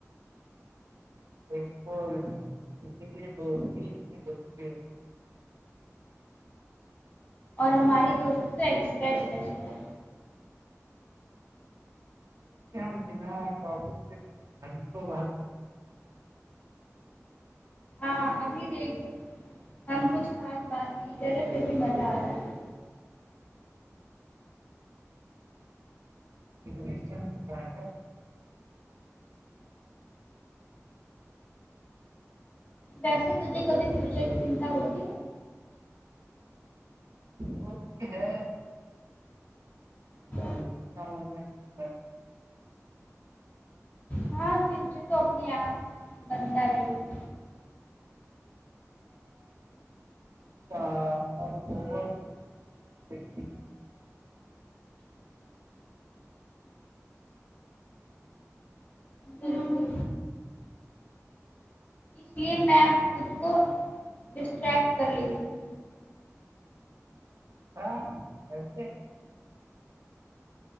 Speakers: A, on the right; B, on the left.
A: بالکل اسی لیے دوستی اتنی موری ہوتی ہے
B: اور ہماری دوست تو ایکسٹرا اسشل ہے
A: <unintelligible>
B: ہاں ابھی دیکھو ہم کچھ خاص بات نہیں کر رہے پھر بھی مزہ آ رہا ہے
A: <unintelligible>
B: ویسے تھے کبھی فیوچر کی چنتا ہوتی ہے
A: ہوتی ہے
B: ب
A: ہا بیہ
B: ہاں فیوچر تو اپنے آپ بنتا رہے گا
A: اور اوور اچھا
B: بلکل اس لیے میں آپ خود کو ڈسٹریکٹ کر لیتی ہوں
A: ہاں کرتے